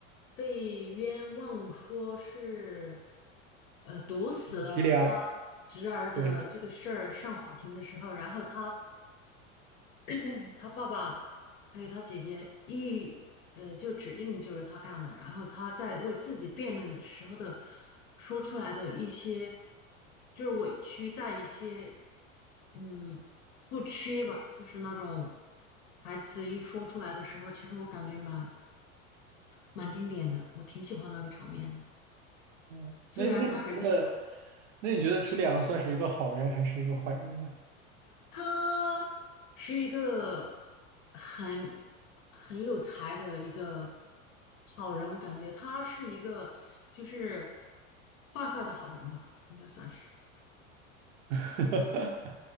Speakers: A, on the left (about 75°); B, on the right (about 70°).
A: 被冤枉说是，呃，毒死了他
B: 提里昂。
A: 侄儿的这个事儿上法庭的时候，
B: 对，
A: 然后他嗯他爸爸还有他姐姐一呃就指定就是他干的，然后他在为自己辩论的时候的说出来的一些就是委屈，带一些嗯不缺吧，就是那种台词一说出来的时候，其实我感觉蛮蛮经典的，我挺喜欢那个场面的。
B: 嗯，
A: 虽然他人小，
B: 那那你觉得，那你觉得提里昂算是一个好人还是一个坏人呢？
A: 他是一个很很有才的一个好人，我感觉他是一个就是坏坏的好人吧，应该算是。
B: <laughs>